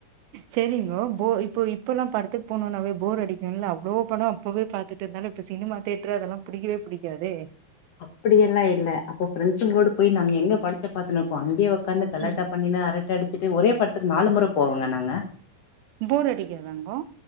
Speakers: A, on the right; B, on the left.
A: சேரிங்கோ போ இப்போ இப் அப்பெல்லா படத்துக்கு போணுன்னாவே போர் அடிக்குல்ல அவ்ளோ படம் அப்பவே பார்த்துட்டு இருந்தால இப்ப சினிமா தியேட்டர் அதெல்லா புடிக்கவே புடிக்காதே
B: அப்படியெல்லா இல்ல அப்போ ஃப்ரெண்ட்ஸுங்களோடு போய் நாங்க எங்க படத்த பார்த்துனு இருப்போ அங்கே உக்காந்து காலாட்டா
A: ம்
B: பண்ணினு அரட்ட அடிச்சிட்டு ஒரே படத்துக்கு நாலு முற போவங்க நாங்க
A: போர் அடிக்கதாங்கோ